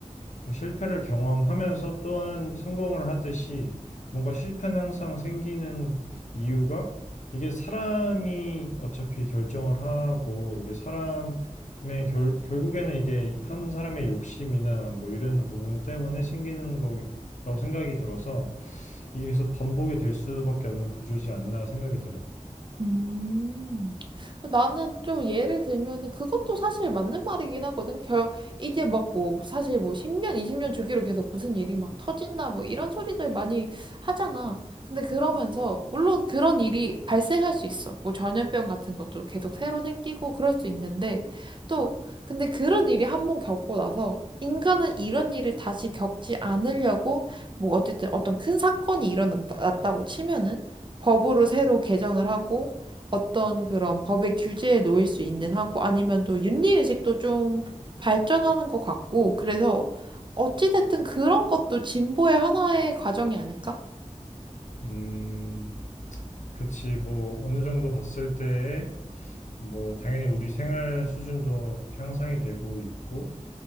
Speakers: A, on the left (about 70°); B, on the right (about 40°).
A: 그 실패를 경험하면서 또한 성공을 하듯이 뭔가 실패는 항상 생기는 이유가 이게 사람이 어차피 결정을 하고 이게 사람의 결, 결국에는 이게 한 사람의 욕심이나 뭐 이런 부분 때문에 생기는 거라고 생각이 들어서 이게 계속 반복이 될 수밖에 없는 구조지 않나 생각이 들어.
B: 음, 나는 좀 예를 들면은 그것도 사실 맞는 말이긴 하거든. 결, 이게 막 뭐 사실 뭐 10년, 20년 주기로 계속 무슨 일이 막 터진다 뭐 이런 소리들 많이 하잖아. 근데 그러면서 물론 그런 일이 발생할 수 있어. 뭐 전염병 같은 것도 계속 새로 생기고 그럴 수 있는데 또 근데 그런 일이 한번 겪고 나서 인간은 이런 일을 다시 겪지 않으려고 뭐 어쨌든 어떤 큰 사건이 일어났다고 치면은 법으로 새로 개정을 하고 어떤 그런 법의 규제에 놓일 수 있는 하고 아니면 또 윤리의식도 좀 발전하는 것 같고 그래서 어찌됐든 그런 것도 진보의 하나의 과정이 아닐까?
A: 음, 그치, 뭐, 어느 정도 봤을 때에, 뭐, 당연히 우리 생활 수준도 향상이 되고 있고,